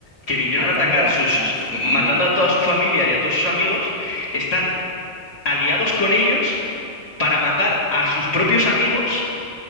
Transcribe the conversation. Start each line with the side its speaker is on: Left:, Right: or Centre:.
Left: que vinieron
Centre: matando
Left: a atacar
Centre: a
Left: sus,
Centre: a sus
Left: matando
Centre: amigos.
Left: a toda su familia y a todos sus amigos, están aliados con ellos para matar a sus propios amigos